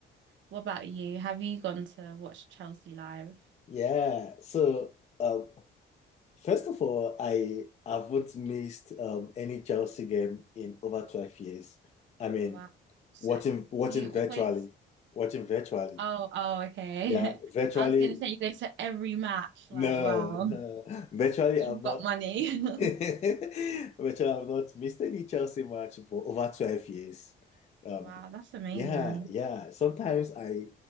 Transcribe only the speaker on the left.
Yeah. So, um, first of all, I haven't missed um, any Chelsea game in over 12 years. I mean,
watching watching
virtually, watching virtually.
Yeah, virtually.
<laughs>
No,
no. Virtually,
I've not.
<laughs> Virtually, I've not missed any Chelsea match for over 12 years. Um,
yeah, yeah. Sometimes I,